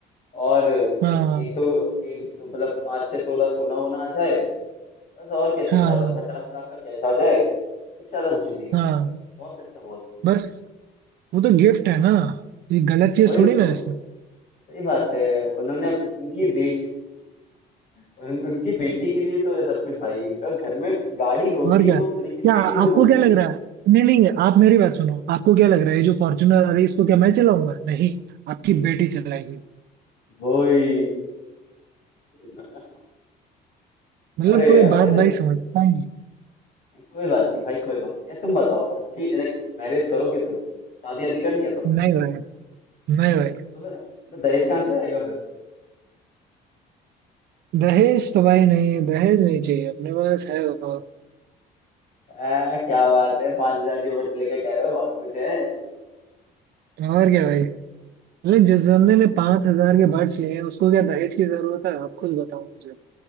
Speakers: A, on the left (about 50°); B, on the right (about 75°).
A: और एक
B: हाँ
A: दो एक तो मतलब पाँच छह तोला सोना वोना आ जाए बस और क्या चाहिए
B: हाँ
A: ज्यादा पचास लाख का कैश आ जाए इससे ज्यादा कुछ नहीं चाहिए
B: हाँ
A: भाई बस बहुत है इतना बहुत
B: बस वो तो गिफ्ट
A: है।
B: है
A: हाँ
B: ना ये गलत
A: वही
B: चीज थोड़ी
A: तो
B: ना है इसमें
A: सही बात है उन्होंने उनकी बेटी उन, उनकी बेटी के लिए तो ये सब कुछ भाई अ- घर में गाड़ी होगी
B: और क्या
A: तो उन्हीं की
B: क्या
A: बेटी तो
B: आपको
A: घूमेगी
B: क्या लग रहा है नहीं नहीं आप मेरी बात सुनो आपको क्या लग रहा है ये जो फॉर्च्यूनर आ रही है इसको क्या मैं चलाऊंगा नहीं आपकी बेटी चलाएगी
A: वही <laughs>
B: मतलब
A: अरे
B: कोई
A: यार
B: बात
A: ये तो
B: भाई समझता ही नहीं
A: कोई बात नहीं भाई कोई बात नहीं तुम बताओ अच्छी लाइक मैरिज करोगे तुम शादी आदि करनी है तुम्हें
B: नहीं भाई नहीं भाई
A: तो मैं दहेज कहाँ से आएगा फिर
B: दहेज तो भाई नहीं दहेज नहीं चाहिए अपने पास है और
A: आ, क्या बात है पांच हजार के बर्ड्स लेके कह रहे हो बहुत कुछ है
B: और क्या भाई लेकिन जिस बंदे ने पांच हजार के बर्ड्स लिए हैं उसको क्या दहेज की जरूरत है आप खुद बताओ मुझे